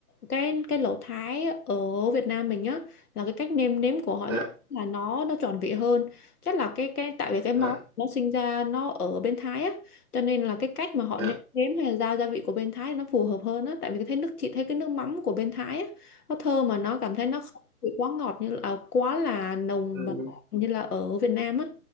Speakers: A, on the left; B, on the right.
A: cái cái lẩu Thái ở Việt Nam mình á là cái cách nêm nếm của họ
B: dạ
A: thì là nó nó tròn vị hơn chắc là cái cái tại vì cái món
B: dạ
A: nó sinh ra nó ở bên Thái á cho nên là cái cách mà họ
B: dạ
A: nêm nếm hay là giao gia vị của bên Thái nó phù hợp hơn á tại vì cái thấy nước chị thấy cái nước mắm của bên Thái á nó thơm mà nó cảm thấy nó không bị quá ngọt như là à, quá là nồng
B: dạ
A: và như là ở Việt Nam á